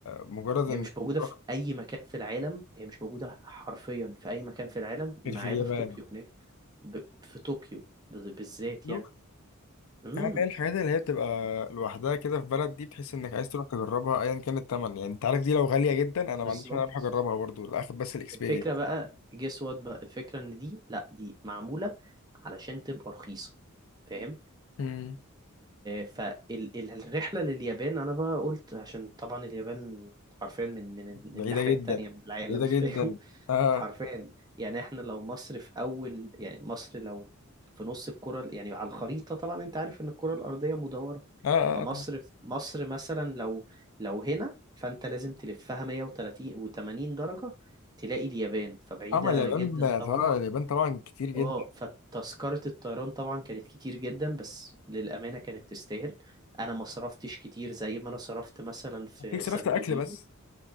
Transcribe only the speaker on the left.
مجرد انك
بتروح
غير في
اليابان
لو
حاجة هي الحاجات اللي هي بتبقى لوحدها كده في بلد دي بتحس انك عايز تروح تجربها ايا كان التمن يعني انت عارف دي لو غالية جدا انا
ما عنديش مانع اروح اجربها برضو لاخد بس الاكسبيرينس
امم
بعيدة
جدا
بعيدة
جدا اه
اه اه
آه، طبعا
اما اليابان
طبعا اليابان طبعا كتير جدا
هتلاقيك صرفت
اكل بس